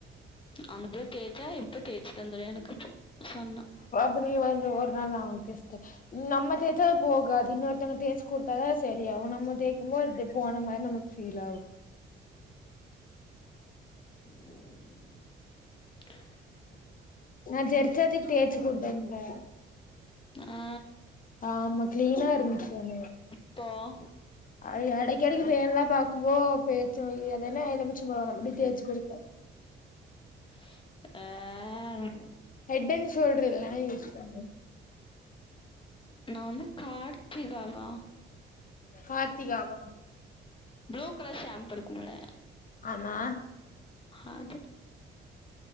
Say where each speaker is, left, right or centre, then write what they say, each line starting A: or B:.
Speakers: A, on the left; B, on the left.
A: அந்த புள்ள தேச்சா இப்ப தேச்சு தந்துரு எனக்கு இப்போ சொன்னா
B: இப்ப நீ வந்து ஒரு நாள் ஆகு <unintelligible> நம்ம தே போகாது இன்னொருத்தங்க தேச்சு குடுத்தாதா சரியாகு நம்ம தேக்கும்போது போன மாரி நமக்கு ஃபீல் ஆகு
A: <unintelligible>
B: நா ஜெரச்சாத்தக்கு தேச்சு குடுத்தே இப்ப
A: ஆ
B: ஆமா கிளீனா இருந்துச்சு <inaudible>
A: போ
B: ஆ எடைக்கெடைக்கு பேன்லா பாக்கும்போ பேச்சு அதென்ன எலுமிச்ச பழோ அப்டி தேச்சு குளிப்பே
A: ஆ
B: ஹெட் அண்ட் ஷேல்டர் இல்லான யூஸ் பண்ணு
A: நா வந்து கார்த்திகாவா <unintelligible>
B: கார்த்திகாவா
A: ப்ளூ கலர் ஷேப்பு இருக்குமல்ல
B: ஆமா
A: அது